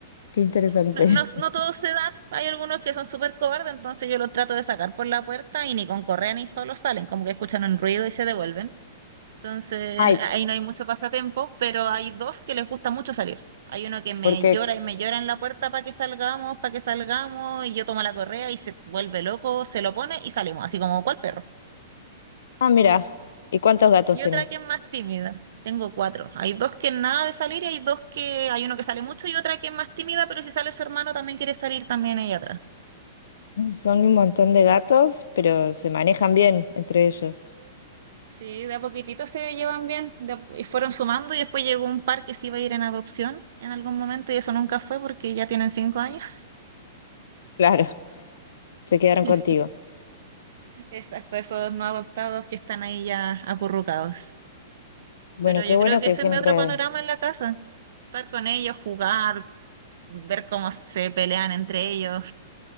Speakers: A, on the left; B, on the right.
A: qué interesante.
B: No, no,
A: <laughs>
B: no todos se dan, hay algunos que son súper cobardes, entonces yo los trato de sacar por la puerta y ni con correa ni solo salen, como que escuchan un ruido y se devuelven. Entonces,
A: Ay,
B: n- ahí no hay mucho pasatiempo, pero hay dos que les gusta mucho salir. Hay uno que me
A: porque,
B: llora y me llora en la puerta para que salgamos, para que salgamos, y yo tomo la correa y se vuelve loco, se lo pone y salimos, así como cual perro.
A: ah, mira, ¿y cuántos gatos
B: Y
A: tenés?
B: otra que es más tímida. Tengo cuatro. Hay dos que nada de salir y hay dos que hay uno que sale mucho y otra que es más tímida, pero si sale su hermano también quiere salir también ella atrás.
A: Son un montón de gatos, pero se manejan
B: Sí.
A: bien entre ellos.
B: Sí, de a poquitito se llevan bien de a- y fueron sumando y después llegó un par que se iba a ir en adopción en algún momento y eso nunca fue porque ya tienen cinco años.
A: Claro, se quedaron
B: <laughs>
A: contigo.
B: Exacto, esos no adoptados que están ahí ya acurrucados.
A: Bueno,
B: Pero
A: qué
B: yo
A: bueno
B: creo que
A: que
B: ese
A: siempre
B: es mi otro panorama en la casa. Estar con ellos, jugar, ver cómo se pelean entre ellos,